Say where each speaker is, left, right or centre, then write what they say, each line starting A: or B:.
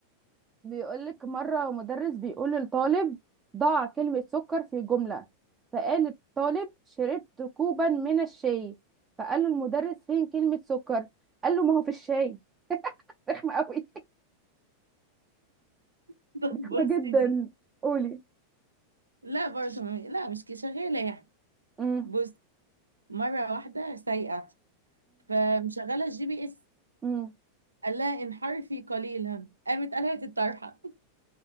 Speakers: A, on the right; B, on the right.
A: <laughs> بيقولك مرة مدرس بيقول للطالب ضع كلمة سكر في جملة فقال الطالب شربت كوبا من الشاي فقال له المدرس فين كلمة سكر قال له ما هو في الشاي رخمة قوي
B: <laughs> طب
A: <laughs>
B: بصي
A: رخمة جدا
B: دي
A: قولي
B: لا برضه م- لا مش كده، شغاله يعني
A: امم
B: بص مره واحده سايقه فمشغله الجي بي اس
A: امم
B: قال لها انحرفي قليلا قامت قلعت الطرحه